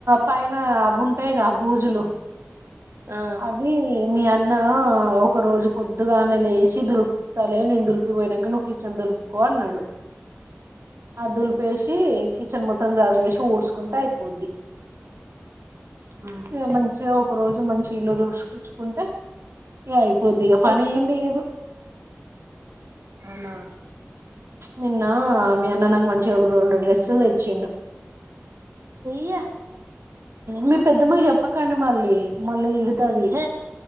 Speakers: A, on the right; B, on the right.
A: పైన అవి ఉంటాయిగా బూజులు
B: ఆ
A: అవి మీ ఆన్ న్న ఒక రోజు పొద్దుగానే లేచి దులు ప్తా లే నేను దులిపిపోయినంక నువ్వు కిచెన్ దులుపుకో అన్నాడు ఆ దులుపేసి కిచన్ ము త్తం సదిరేసి ఊడ్చుకుంటే అయిపోద్ది
B: ఊహు.
A: ఇ మంచిగా ఒక రోజు మంచి ఇల్లు దుచు కూచుకుంటే ఇగ కొద్దిగా పని
B: అయిపోయింది
A: ఏం లేదు
B: అవునా
A: నిన్న మీ అన్న నాకు మంచిగా ఒక రెండు డ్రెస్సులు తెచ్చిండు
B: ఇయా
A: మీ పెద్దమ్మకి చెప్పకు కని మల్లి మళ్ళీ ఇడతది
B: ఎహె